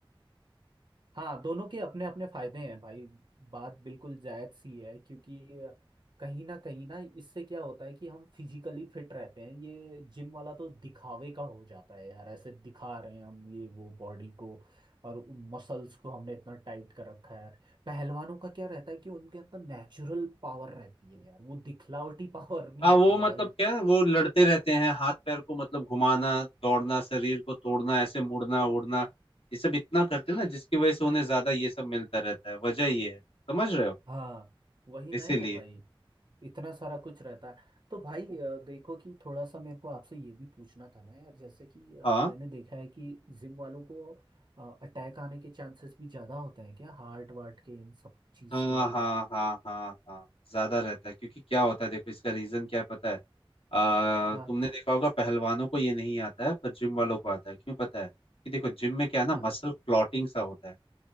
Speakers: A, on the right; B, on the left.
A: हाँ दोनों के अपने अपने फायदे हैं भाई बात बिल्कुल जायज सी है क्योंकि कहीं ना कहीं ना इससे क्या होता है कि हम फिजिकली फिट रहते हैं ये जिम वाला तो दिखावे का हो जाता है यार ऐसे दिखा रहे हैं हम ये वो बॉडी को और मसल्स को हमने इतना टाइट कर रखा है पहलवानों का क्या रहता है कि उनके अंदर नेचुरल पावर रहती है यार वो दिखलावटी <laughs> पावर नहीं
B: हाँ
A: होती
B: वो
A: है
B: मतलब
A: भाई
B: क्या है वो लड़ते रहते हैं हाथ पैर को मतलब घुमाना दौड़ना शरीर को तोड़ना ऐसे मुड़ना उड़ना ये सब इतना करते हैं ना जिसकी वजह से उन्हें ज्यादा ये सब मिलता रहता है वजह ये है समझ रहे हो
A: हाँ वही ना
B: इसीलिए
A: यार भाई इतना सारा कुछ रहता है तो भाई अ, देखो कि थोड़ा सा मेरे को आपसे ये भी पूछना था ना यार जैसे कि अ,
B: हाँ
A: मैंने देखा है कि जिम वालों को अटैक आने के चांसेस भी ज़्यादा होते हैं क्या हार्ट वार्ट के इन सब चीज़
B: हाँ
A: के अगर
B: हाँ हाँ हाँ हाँ ज्यादा रहता है क्योंकि क्या होता है देखो इसका रीजन क्या है पता है आ,
A: हाँ
B: तुमने देखा होगा पहलवानों को ये नहीं आता है पर जिम वालों को आता है क्यों पता है कि देखो जिम में क्या है ना
A: हाँ
B: मसल क्लॉटिंग सा होता है